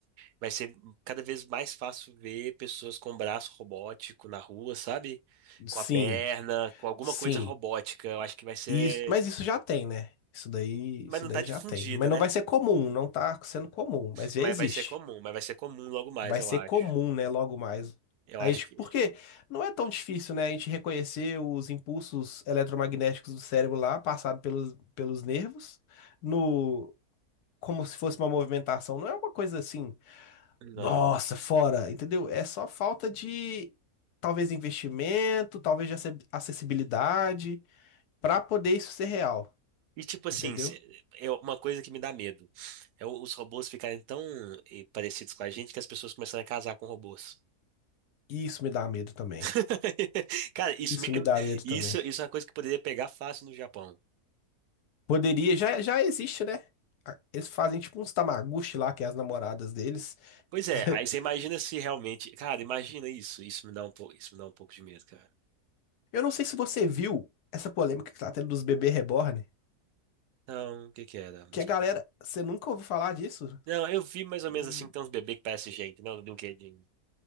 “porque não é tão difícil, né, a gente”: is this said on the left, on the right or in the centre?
Left